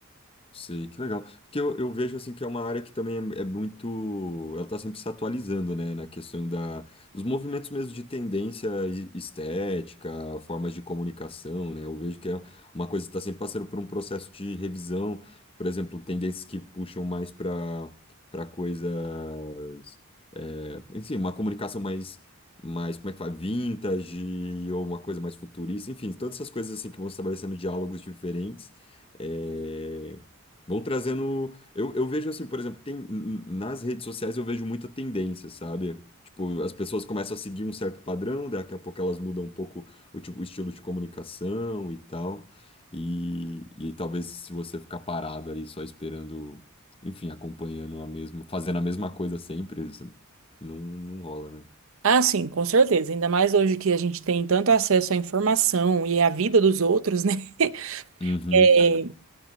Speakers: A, on the left; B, on the right.
A: Sei, que legal. Porque eu, eu vejo assim que é uma área que também é, é muito. Ela está sempre se atualizando, né? Na questão da, dos movimentos mesmo de tendência e- estética, formas de comunicação, né? Eu vejo que é uma coisa que está sempre passando por um processo de revisão. Por exemplo, tendências que puxam mais para para coisas. É, enfim, uma comunicação mais. mais como é que fala? Vintage, ou uma coisa mais futurista, enfim, todas essas coisas assim que vão estabelecendo diálogos diferentes. eh, Vão trazendo. Eu, eu vejo assim, por exemplo, tem, n- nas redes sociais eu vejo muita tendência, sabe? Tipo, as pessoas começam a seguir um certo padrão, daqui a pouco elas mudam um pouco o, tipo, o estilo de comunicação e tal. E, e talvez se você ficar parado ali só esperando, enfim, acompanhando a mesma, fazendo a mesma coisa sempre, isso não, não rola, né?
B: Ah, sim, com certeza. Ainda mais hoje que a gente tem tanto acesso à informação e à vida dos outros, né? <laughs>
A: Uhum,
B: É,